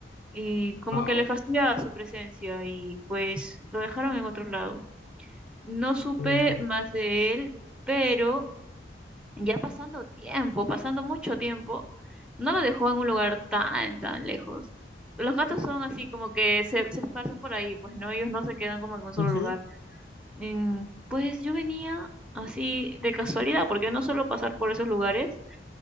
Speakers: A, in the centre; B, on the left.
A: Y como
B: Wow.
A: que le fastidiaba su presencia y pues lo dejaron en otro lado. No supe
B: Mucho.
A: más de él, pero ya pasando tiempo, pasando mucho tiempo, no lo dejó en un lugar tan, tan lejos. Los gatos son así como que se, se esparcen por ahí, pues no, ellos no se quedan como en un solo
B: Ujú.
A: lugar. Mm, pues yo venía así de casualidad, porque no suelo pasar por esos lugares,